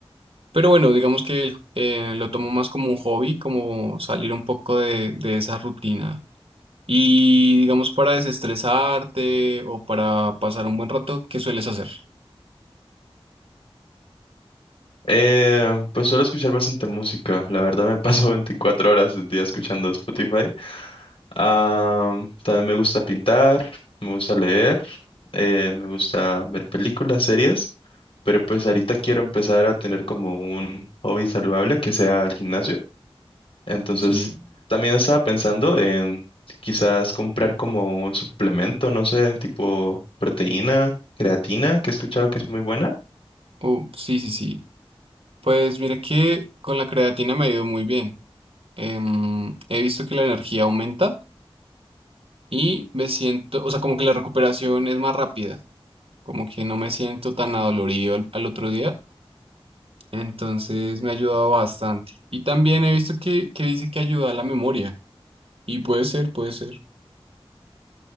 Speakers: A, on the right; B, on the left.
A: Pero bueno, digamos que eh, lo tomo más como un hobby, como salir un poco de, de esa rutina. Y digamos para desestresarte o para pasar un buen rato, ¿qué sueles hacer?
B: Eh, pues suelo escuchar bastante música. La verdad me <laughs> paso 24 horas del día escuchando Spotify. Ah, también me gusta pintar, me gusta leer, eh, me gusta ver películas, series. Pero pues ahorita quiero empezar a tener como un hobby saludable que sea el gimnasio. Entonces
A: Sí,
B: también estaba pensando en quizás comprar como un suplemento, no sé, tipo proteína, creatina, que he escuchado que es muy buena.
A: Uh, sí, sí, sí. Pues mira que con la creatina me ha ido muy bien. Em, he visto que la energía aumenta y me siento, o sea, como que la recuperación es más rápida, como que no me siento tan adolorido al, al otro día. Entonces me ha ayudado bastante. Y también he visto que, que dice que ayuda a la memoria. Y puede ser, puede ser.